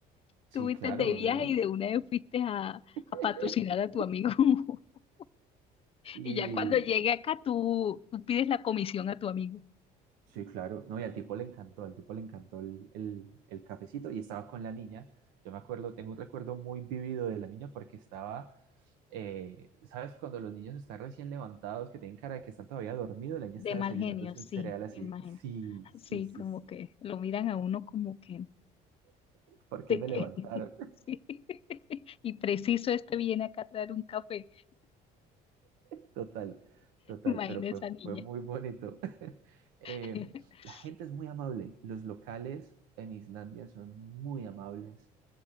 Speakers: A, on the right (about 85°); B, on the left (about 35°).
A: Sí,
B: Tuviste
A: claro,
B: de viaje
A: yo...
B: y de una vez fuiste a,
A: <laughs>
B: a patrocinar a tu amigo. <laughs>
A: Y,
B: Y ya cuando llegue acá, tú, tú pides la comisión a tu amigo.
A: Sí, claro. No, y al tipo le encantó, al tipo le encantó el, el- el cafecito y estaba con la niña. Yo me acuerdo, tengo un recuerdo muy vivido de la niña porque estaba, eh, ¿sabes? Cuando los niños están recién levantados, que tienen cara de que están todavía dormidos, la niña está
B: De
A: desayunándose
B: mal genio, sí,
A: un cereal así.
B: me imagino.
A: Sí, sí,
B: Sí,
A: sí,
B: como
A: sí.
B: que lo miran a uno como que,
A: ¿Por qué
B: ¿de
A: me
B: qué?
A: levantaron?
B: <laughs>
A: <laughs>
B: Sí. Y preciso este viene acá a traer un café.
A: Total, total,
B: Imagina
A: pero fue,
B: esa niña.
A: fue muy bonito. <laughs>
B: <laughs>
A: Eh, la gente es muy amable. Los locales en Islandia son muy amables.